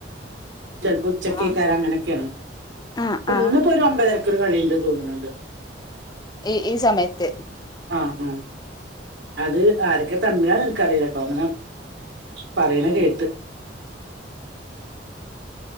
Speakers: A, on the right; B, on the left.
A: ചിലപ്പോ ഉച്ചക്ക്ക്കാരം
B: ആ
A: അങ്ങനെയൊക്കെയാണ്.
B: ആ ആ
A: ഇപ്പം
B: ആ
A: ഇന്നിപ്പോ ഒരു ഒമ്പതരയ്ക്ക് കളിയുണ്ട് തോന്നുന്നുണ്ട്.
B: ഈ ഈ സമയത്തെ
A: ആഹ് ആഹ് അത് ആരെക്ക ഒക്കെ <unintelligible> എനിക്കറിയില്ല കേട്ടോ അങ്ങനെ. പറയണ
B: ഉം
A: കേട്ട്